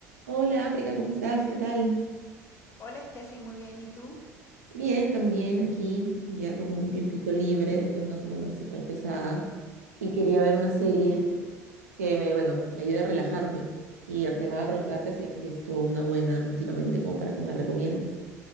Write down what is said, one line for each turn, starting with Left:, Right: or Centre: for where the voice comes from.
Right: Hola África, ¿cómo estás? ¿Qué tal?
Left: Hola Steffi, muy bien, ¿y tú?
Right: Bien, también aquí, ya con un tiempito libre después de una semana súper pesada. Y quería ver una serie <laughs> que me, bueno, me ayude a relajarme. Y además a preguntarte si has visto una buena últimamente, como para que me recomiendes.